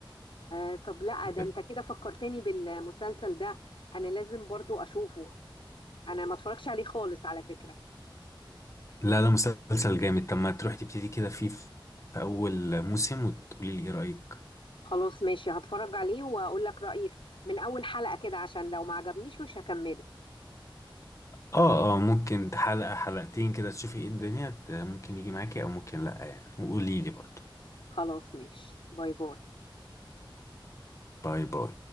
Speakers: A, on the left; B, on the left.
A: آه طب لا ده
B: ب...
A: انت كده فكرتني بالمسلسل ده انا لازم برضو اشوفه انا ما اتفرجش عليه خالص على فكرة
B: لا لا مسلسل جامد طب ما تروح تبتدي كده فيه في في أول موسم وتقولي لي إيه رأيك
A: خلاص ماشي هتفرج عليه واقول لك رأيي في- من اول حلقة كده عشان لو ما عجبنيش مش هكمله
B: اه اه ممكن حلقة حلقتين كده تشوفي ايه الدنيا ت- ممكن يجي معاكي أو ممكن لأ يعني وقولي لي برضه
A: خلاص ماشي باي باي
B: باي باي